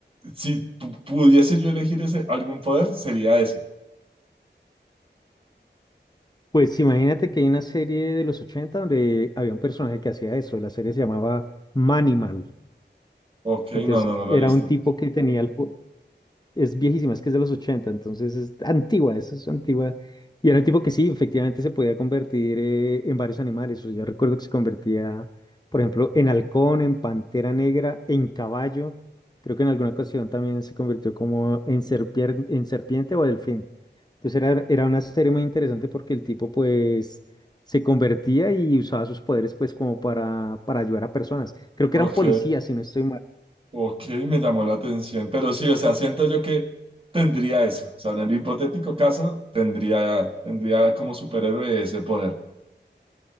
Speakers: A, on the right (about 30°); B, on the left (about 20°).
A: si pu- pudiese yo elegir ese, algún poder, sería ese.
B: pues imagínate que hay una serie de los 80 donde había un personaje que hacía eso, la serie se llamaba Manimal,
A: Ok,
B: entonces
A: no, no, no la
B: era
A: he visto.
B: un tipo que tenía el... po- es viejísima, es que es de los 80, entonces es antigua, eso es antigua. Y era un tipo que sí, efectivamente se podía convertir eh, en varios animales. O sea, yo recuerdo que se convertía, por ejemplo, en halcón, en pantera negra, en caballo. Creo que en alguna ocasión también se convirtió como en, serpier- en serpiente o delfín. Entonces era, era una serie muy interesante porque el tipo pues se convertía y usaba sus poderes pues como para, para ayudar a personas. Creo que
A: Ok,
B: eran policías, si no estoy mal.
A: ok, me llamó la atención. Pero sí, o sea, siento yo que tendría eso. O sea, en el hipotético caso, tendría, tendría como superhéroe ese poder.